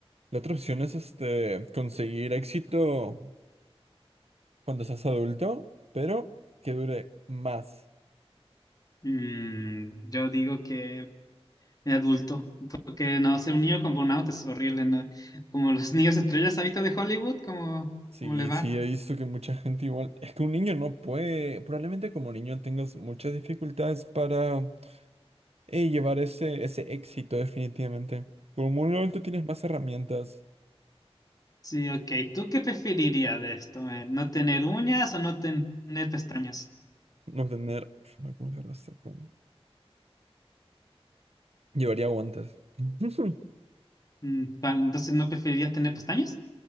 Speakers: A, on the right; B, on the left.
A: La otra opción es este, conseguir éxito cuando seas adulto, pero que dure más.
B: Mm, yo digo que el adulto, porque no, ser un niño con burnout es horrible, ¿no? Como los <laughs> niños estrellas, ¿has visto de Hollywood? ¿Cómo,
A: Sí,
B: cómo le va?
A: sí, he visto que mucha gente igual. Es que un niño no puede. Probablemente como niño tengas muchas dificultades para eh, llevar ese, ese éxito, definitivamente. Como un adulto tienes más herramientas.
B: Sí, ok, ¿tú qué preferirías de esto? eh? ¿No tener uñas o no tener pestañas?
A: No tener. Ay, ¿Cómo llegar hasta acá? Llevaría guantes. <laughs>
B: Mm, ¿cuál? Entonces, ¿no preferirías tener pestañas?